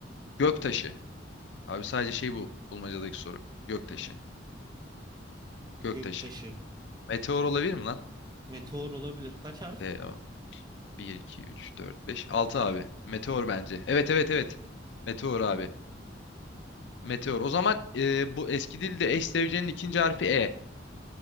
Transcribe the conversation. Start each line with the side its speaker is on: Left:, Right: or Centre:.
Left: Göktaşı. Abi sadece şey bu. Bulmacadaki soru. Göktaşı. Göktaşı.
Right: Göktaşı.
Left: Meteor olabilir mi lan?
Right: Meteor olabilir. Kaç harf?
Left: DA 1, 2, 3, 4, 5, 6 abi. Meteor bence. Evet evet evet. Meteor abi. Meteor. O zaman e, bu eski dilde eş zevcenin ikinci harfi E.